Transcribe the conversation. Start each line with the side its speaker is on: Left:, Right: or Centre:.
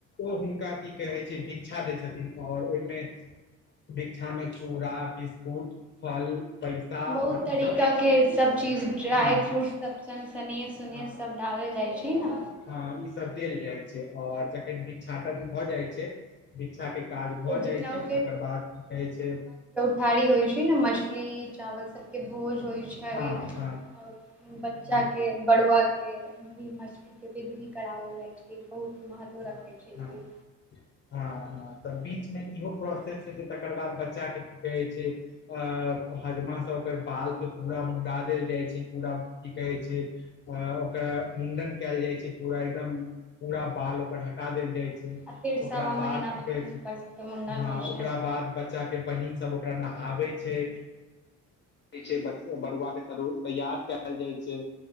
Left: ओ हुनका की कहै छै भिक्षा दै छथिन आओर ओहिमे भिक्षा में चूड़ा बिस्कुट फल पैसा
Centre: बहुत
Left: आओर
Centre: तरीका
Left: ईसभ
Centre: के सब चीज ड्राइ
Left: हँ
Centre: फ्रूट सब संग सनेस तनेस
Left: हँ
Centre: सब डालल जाइ छै ने।
Left: हँ ई सब देल जाइ छै और जखन भिक्षाटन भए जाइ छै भिक्षाके काज भऽ
Centre: तऽ जेनाउ
Left: जाइ छै तकर बाद की कहै छै
Centre: थारी होइ छै ने, मछली चावल सबके भोज होइ छै।
Left: हँ
Centre: और
Left: हँ
Centre: बच्चा के, बड़ुआ के मछली के विध भी करावल जाय छै। ई बहुत महत्व
Left: हँ
Centre: रखै छै ई
Left: हँ।
Centre: विध
Left: हँ हँ तऽ बीचमे इहो प्रोसेस छै कि तकर बाद बच्चाके की कहैत छै अ हजमासँ ओकर बालके पूरा मुड़ा देल जाइ छै, पूरा की कहै छै अ ओकरा मुंडन कयल जाइ छै पूरा एकदम पूरा बाल हटा देल जाइ छै,
Centre: आ फेर
Left: ओकरा
Centre: सवा
Left: बाद
Centre: महीना
Left: की कहै
Centre: हुनकर
Left: छै
Centre: सबके मुण्डन
Left: हं
Centre: होइ छनि
Left: ओकरा बाद बच्चा के बहिन सब ओकरा नहलाबै छै। कि छै बरुआ के तर तैयार कयल जाइ छै